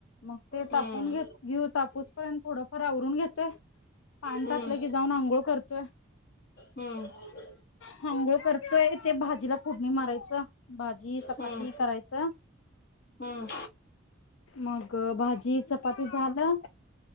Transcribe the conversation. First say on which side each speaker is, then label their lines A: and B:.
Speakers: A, on the left; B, on the left.
A: मग ते तापून
B: हम्म
A: घेत घेऊ तापूस पर्यंत थोडंफार आवरून घेतोय पाणी
B: हम्म
A: तापलं की जाऊन आंघोळ करतोय.
B: हम्म.
A: हांगोळ करतोय ते भाजीला फोडणी मारायचं भाजी चपा
B: हम्म
A: करायच
B: हम्म
A: मग भाजी जी चपाती झालं.